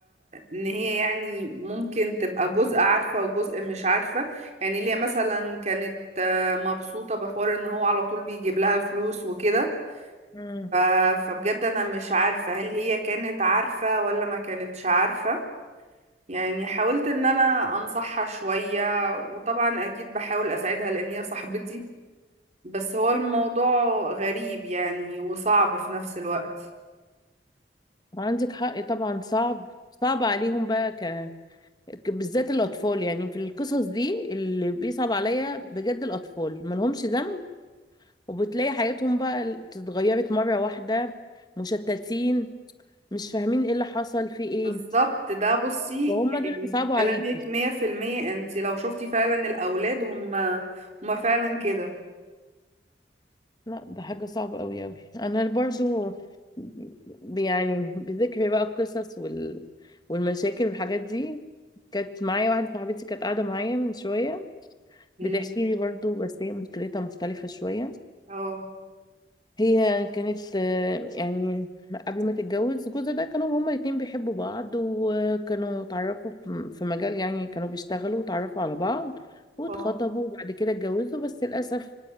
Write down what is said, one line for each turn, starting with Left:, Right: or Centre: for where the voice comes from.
Right: ان هي يعني ممكن تبقى جزء عارفة وجزء مش عارفة يعني اللي هي مثلا كانت مبسوطة بحوار ان هو على طول بيجيب لها فلوس وكده
Left: مم.
Right: ف... فبجد انا مش عارفة هل هي كانت عارفة ولا ما كانتش عارفة يعني حاولت ان انا انصحها شوية وطبعا اكيد بحاول اساعدها لان هي صاحبتي بس هو الموضوع غريب يعني وصعب في نفس الوقت
Left: عندك حق طبعا صعب صعب عليهم بقى ك بالذات الاطفال يعني في القصص دي اللي بيصعب عليا بجد الاطفال ملهمش ذنب وبتلاقي حياتهم بقى اتغيرت مره واحده مشتتين مش فاهمين ايه اللي حصل في ايه
Right: بالظبط ده بصي
Left: وهم دول
Right: يعني
Left: اللي بيصعبوا
Right: كلامك
Left: عليكي
Right: مية في المية انت لو شفتي فعلا الأولاد هم هم فعلا كده
Left: لا ده حاجه صعبه قوي قوي انا برضو ب- يعني بذكر بقى القصص وال... والمشاكل والحاجات دي كانت معايا واحده صاحبتي كانت قاعده معايا من شويه
Right: مم.
Left: بتحكي لي برضو بس هي مشكلتها مختلفه شويه
Right: اه
Left: هي كانت آه، يعني قبل ما تتجوز جوزها ده كانوا هما الاتنين بيحبوا بعض وكانوا اتعرفوا في في مجال يعني كانوا بيشتغلوا واتعرفوا على بعض واتخطبوا
Right: اه
Left: وبعد كده اتجوزوا بس للأسف